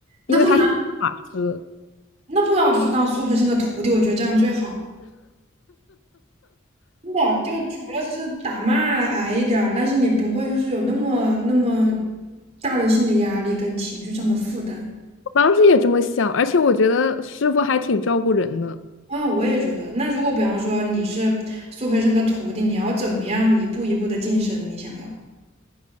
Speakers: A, on the right (about 35°); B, on the left (about 65°).
A: 那不然，
B: 因为他是马师。
A: 那不然我就去当苏培盛的徒弟，我觉得这样最好。真的啊，就除了就是打骂挨一点儿，但是你不会就是有那么那么大的心理压力跟情绪上的负担
B: 我当时也这么想，而且我觉得师傅还挺照顾人的，
A: 啊，我也觉得。那如果比方说你是苏培盛的徒弟，你要怎么样一步一步的晋升？你想要